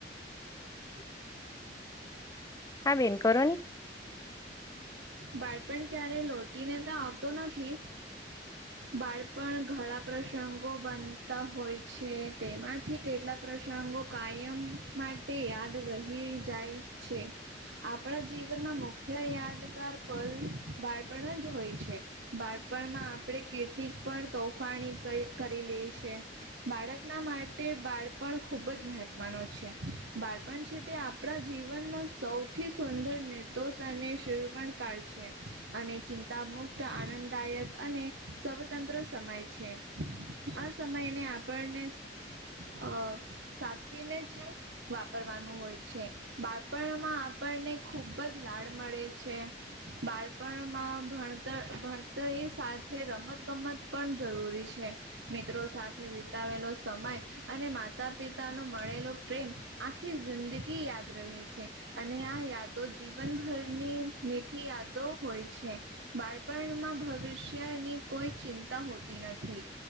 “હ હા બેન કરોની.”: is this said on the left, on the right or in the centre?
Left